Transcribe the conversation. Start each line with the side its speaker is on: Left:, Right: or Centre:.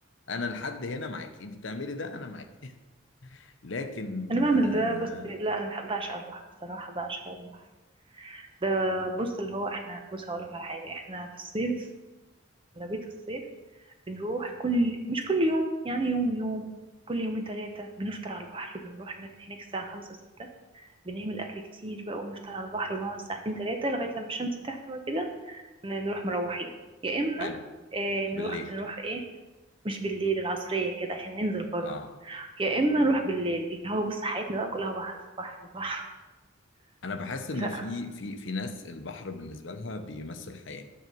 Left: انا لحد هنا معاكي انت بتعملي ده انا معاكي <laughs> لكن
Right: انا بعمل
Left: آه،
Right: ده بص لا انا بحب بعشق البحر بصراحه بعشق البحر ده بص اللي هو احنا بص هقول لك على حاجه احنا في الصيف اغلبيه الصيف بنروح كل مش كل يوم يعني يوم ويوم كل يومين ثلاثه بنفطر على البحر بنروح هناك هناك الساعه 5 6 بنعمل اكل كتير بقى ونفطر على البحر ونقعد ساعتين ثلاثه لغايه لما الشمس تحمى كده ن- نروح مروحين يا اما
Left: حلو
Right: اه نروح
Left: بالليل
Right: نروح ايه مش بالليل العصريه كده عشان ننزل برضه
Left: اه
Right: يا اما نروح بالليل اللي هو بص حياتنا بقى كلها بحر بحر بحر
Left: انا بحس ان
Right: <laughs> لا
Left: في في في ناس البحر بالنسبه لها بيمثل حياه